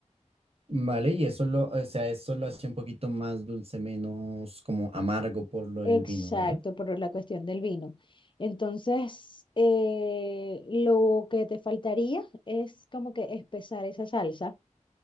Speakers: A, on the right (about 50°); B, on the left (about 40°).
A: Vale, y eso lo, o sea, eso lo hace un poquito más dulce, menos como amargo por lo del
B: Exacto,
A: vino, ¿verdad?
B: por la cuestión del vino. Entonces, eh, lo que te faltaría es como que espesar esa salsa.